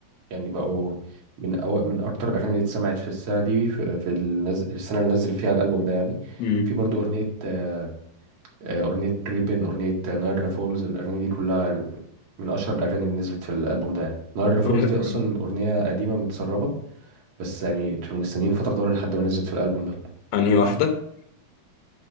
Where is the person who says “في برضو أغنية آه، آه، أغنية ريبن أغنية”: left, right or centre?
Right